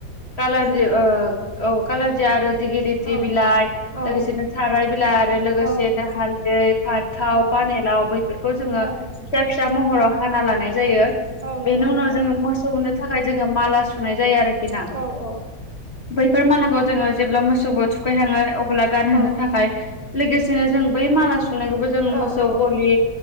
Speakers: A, on the left; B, on the right.
A: कालाजि औ <unintelligible> आरो <unintelligible>
B: औ
A: बिलाइ
B: औ
A: लोगोसेनो थाराय बिलाइ आरो लोगोसेनो
B: औ
A: हालदै फान्थाव
B: औ
A: पानेलाव बैफोरखौ जोङो
B: औ
A: फिसा फिसा महराव हाना लानाय जायो।
B: औ नंगौ
A: बेनि
B: नोंथां
A: उनाव जोङो मोसौनो थाखाय जोङो माला सुनाय जायो आरोखि ना
B: औ औ
A: बैफोर मालाखौ जोङो जेब्ला मोसौखो थुखैनो लाङो अब्ला गानहोनो
B: औ
A: थाखाय लोगोसेनो जों बै माला सुनायखौबो जों
B: औ
A: मोसौ
B: औ
A: गलि